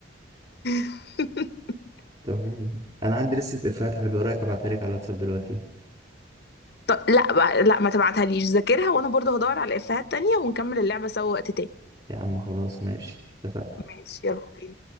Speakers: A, on the left; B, on the right.
A: <laughs>
B: طب جميل. انا عندي لسه افيهات حلوه وراك ابعتها لك على الواتساب دلوقتي
A: طب لا بقى- لا ما تبعتها ليش ذاكرها وانا برضه هدور على افيهات تانية ونكمل اللعبه سوا وقت تاني
B: يا عم خلاص ماشي اتفقنا
A: ماشي يلا بينا